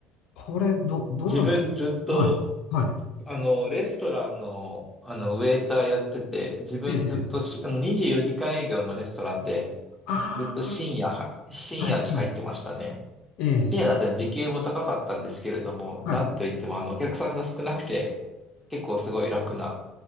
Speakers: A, on the left (about 70°); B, in the centre.
A: これ、ど、どんなのかなはい。
B: 自分ずっと、
A: はい。
B: あの、レストランの、あの、ウェイターやってて、自分ずっとし、
A: ええ。ええ
B: あの、24時間営業のレストランで、
A: あ
B: ずっと深夜は、深夜に入ってましたね。
A: あ、はい。はい。ええ。
B: 深夜だったら時給も高かったんですけれども、なんといっても、
A: はい。
B: あの、お客さんが少なくて、結構すごい楽な、